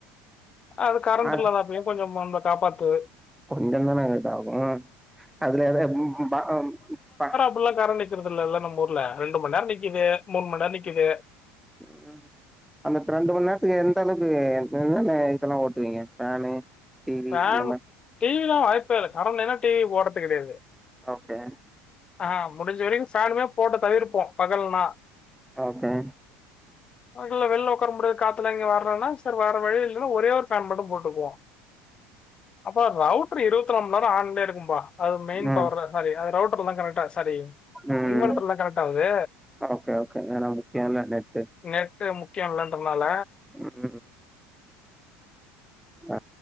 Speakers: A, on the left (about 25°); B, in the centre.
A: அது கரண்ட்
B: ஆ
A: இல்லதாப்பயு கொஞ்சோ வந்து காப்பாத்துது
B: கொஞ்சன்தான கேட்ட அவ்ளோ அதுல எதா பாக்யம் ப
A: ஃபுல்லா கரன்ட் நிக்கறது இல்லல்ல நம்ம ஊர்ல ரெண்டு மண் நேரோ நிக்குது மூண் மண் நேரோ நிக்குது
B: ம் அந்த ரெண்டு மண் நேரத்துக்கு எந்த அளவுக்கு என்னன்ன இதெல்லா ஓட்டுவீங்க ஃபேனு டி வி
A: ஃபேன்
B: இந்த மாரி
A: டி வில வாய்ப்பே இல்ல கரன்ட் இல்லனா டி வி போடறது கெடயாது
B: ஓகே
A: ஆ முடிஞ்ச வரைக்கு சாலுமே போட்டு தள்ளி இருப்போ பகல்னா
B: ஓகே
A: இல்ல வெள்ல உக்கார முடியாது காத்துல இங்க வர்லனா சேரி வேற வழி இல்லனா ஒரே ஒரு ஃபேன் மட்டு போட்டுக்குவோ அப்ப ரவுட்ரு இருவத்நாளு மண் நேரோ ஆன்லயே இருக்கும்பா அது மெய்ன்
B: ம்
A: பவர்தான் சாரி அது ரவுட்ர்லதா கனெக்ட்டா சாரி
B: ம்
A: இன்வெர்டர் தான் கனெக்ட் ஆகுது
B: ஓகே ஓகே எஏனா முக்கியொல்ல நேத்து
A: நேத்து முக்கியொ இல்லன்றனால
B: ம் அ